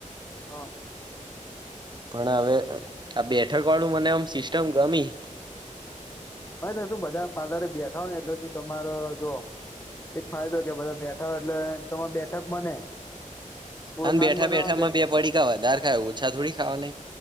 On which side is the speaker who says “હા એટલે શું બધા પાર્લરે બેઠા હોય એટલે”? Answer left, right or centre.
Left